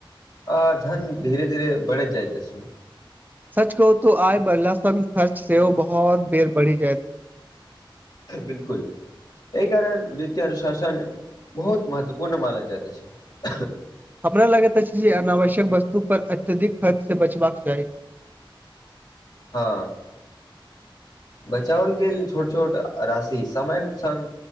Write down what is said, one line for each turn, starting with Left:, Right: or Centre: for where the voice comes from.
Left: आ धन धीरे धीरे बढ़ैत जाइत आछि
Right: सच तो आय बढ़ला स खर्च से ओ बहुत बेर बढ़ी जाय
Left: बिल्कूल एहि कारण वित्तिय अनुशासन बहुत महत्वपूर्ण मानल जाइत अछि
Right: हमरा लगैत अछि जे अनावश्यक वस्तु पर अत्यधिक खर्च से बचबाक चाही
Left: हँ बचाओल गेल छोट छोट राशि समय संग